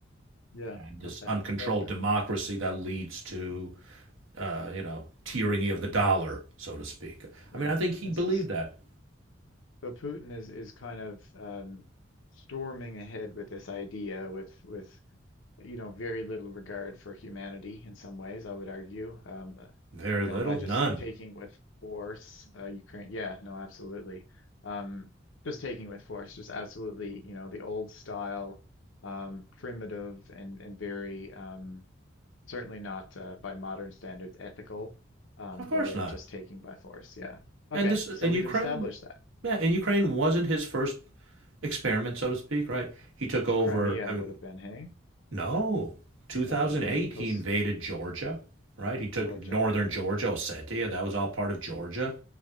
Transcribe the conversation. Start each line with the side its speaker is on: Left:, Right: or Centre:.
Left: Yeah.
Right: and this
Left: Okay.
Right: uncontrolled
Left: That, that
Right: democracy that leads to, uh, you know, tyranny of the dollar, so to speak.
Left: right.
Right: I mean, I think he
Left: And
Right: believed
Left: s-
Right: that.
Left: so Putin is is kind of um, storming ahead with this idea, with with you know very little regard for humanity in some ways, I would argue. Um, uh,
Right: Very
Left: you know,
Right: little,
Left: by just
Right: none.
Left: taking with force, uh, Ukraine. Yeah. No. Absolutely. Um, just taking with force, just absolutely. You know, the old style, um, primitive and and very. um, certainly not uh, by modern standards ethical um,
Right: Of course
Left: way of
Right: not.
Left: just taking by force. Yeah. Okay,
Right: And this,
Left: so
Right: and
Left: we've
Right: Ukraine,
Left: established that
Right: yeah, and Ukraine wasn't his first experiment, so to speak, right? He took over.
Left: Crimea
Right: I
Left: would
Right: mean,
Left: have been hey,
Right: No. 2008,
Left: or would have been Coast
Right: he invaded Georgia, right? He took
Left: Georgia,
Right: northern
Left: right?
Right: Georgia, Ossetia. That was all part of Georgia.